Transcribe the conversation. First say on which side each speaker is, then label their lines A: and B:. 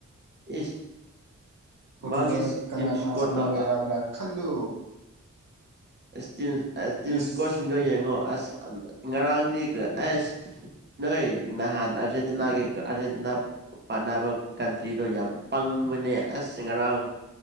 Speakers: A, on the right; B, on the right.
A: ꯏꯁ
B: ꯄꯣꯔꯪꯒꯜꯗ
A: ꯃꯥꯒꯤ
B: ꯀꯅꯥ
A: ꯇꯤꯝ ꯏꯁꯀꯣꯔꯠꯇꯣ
B: ꯀꯅꯥ ꯁꯅꯥꯕ ꯌꯥꯕ꯭ꯔꯥ ꯈꯜꯂꯨ
A: ꯏꯁ ꯇꯤꯝ ꯇꯤꯝ
B: ꯏꯁ
A: ꯁꯀꯣꯠ ꯁꯤꯡꯗꯦ ꯌꯦꯡꯉꯣ ꯑꯁ ꯉꯔꯥꯡꯗꯤ ꯑꯁ ꯅꯣꯏ ꯅꯍꯥꯟ ꯑꯥꯔꯖꯦꯟꯇꯤꯅꯥꯒꯤ ꯑꯥꯔꯖꯦꯟꯇꯤꯅꯥ ꯄꯥꯟꯅꯕ ꯀꯟꯇ꯭ꯔꯤꯗꯣ ꯌꯥꯝ ꯄꯪꯕꯅꯦ ꯑꯁ ꯉꯔꯥꯡ